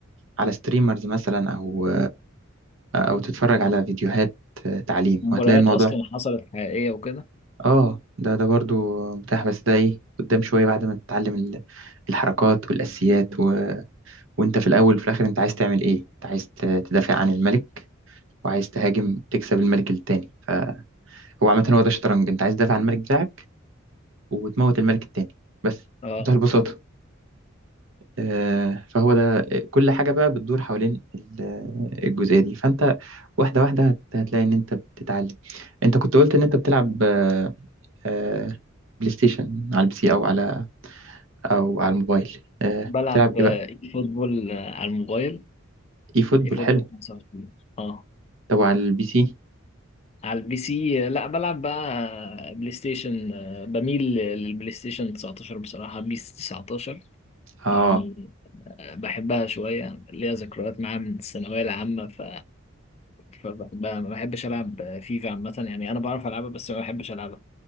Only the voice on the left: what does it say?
مباريات
اصلا حصلت حقيقية وكده
اه
بلعب
آه،
فوتبول آه، على الموبايل
ايه فوتبول
25 اه
على البي سي لا بلعب بقى بلاي ستيشن آه، بميل للبلاي ستيشن 19 بصراحة بيس 19
يعني آه، بحبها شوية ليها ذكريات معاها من الثانوية العامة ف... فبحبها ما بحبش ألعب فيفا عامة يعني أنا بعرف ألعبها بس ما بحبش ألعبها